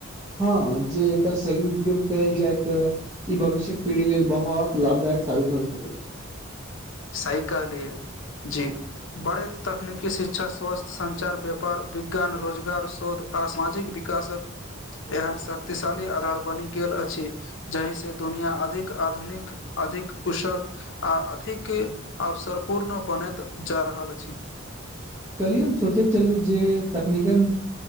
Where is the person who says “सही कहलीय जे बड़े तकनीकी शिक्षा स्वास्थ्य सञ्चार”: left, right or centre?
Left